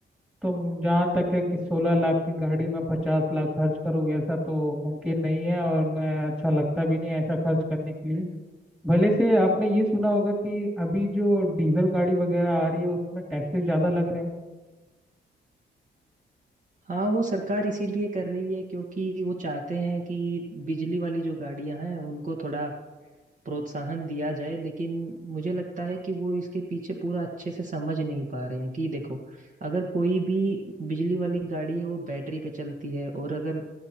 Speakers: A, in the centre; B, on the right.
A: तुम जहाँ तक है कि सोलह लाख की गाड़ी में पचास लाख खर्च करूँ ऐसा तो मुमकिन नहीं है और मैं अच्छा लगता भी नहीं है ऐसा खर्च करने के लिए भले से आपने ये सुना होगा कि अभी जो डीजल गाड़ी वगैरह आ रही है उसमें टैक्सेस ज़्यादा लग रहे हैं
B: हाँ वो सरकार इसीलिए कर रही है क्योंकि वो चाहते हैं कि बिजली वाली जो गाड़ियां हैं उनको थोड़ा प्रोत्साहन दिया जाए लेकिन मुझे लगता है कि वो इसके पीछे पूरा अच्छे से समझ नहीं पा रहे हैं कि देखो अगर कोई भी बिजली वाली गाड़ी है वो बैटरी पे चलती है और अगर